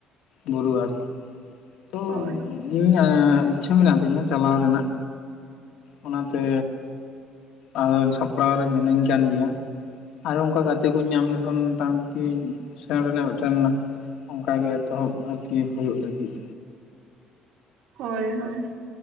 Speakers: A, on the left (about 75°); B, on the right (about 75°).
A: ᱵᱩᱨᱩ ᱟᱨᱠᱤ ᱛᱚ
B: ᱦᱳᱭ
A: ᱤᱧᱟᱜ ᱤᱪᱪᱷᱟᱹ ᱢᱮᱱᱟᱜ ᱛᱤᱧᱟᱹ, ᱪᱟᱞᱟᱣ ᱨᱮᱱᱟᱜ ᱚᱱᱟᱛᱮ ᱟᱫᱚ ᱪᱷᱟᱯᱲᱟᱣ ᱨᱮ ᱢᱤᱱᱟᱹᱧ ᱠᱟᱱ ᱜᱮᱭᱟ, ᱟᱨᱚ ᱚᱱᱠᱟ ᱜᱟᱛᱮ ᱠᱚᱧ ᱧᱟᱢ ᱞᱮᱠᱷᱟᱱ ᱢᱴᱟᱢᱩᱴᱤ ᱥᱮᱱ ᱨᱮᱱᱟᱜ ᱢᱤᱫᱴᱮᱱ ᱚᱱᱠᱟ ᱜᱮ ᱮᱛᱚᱦᱚᱵ ᱟᱨᱠᱤ ᱦᱩᱭᱩᱜ ᱞᱟᱹᱜᱤᱫ,
B: ᱦᱳᱭ ᱦᱳᱭ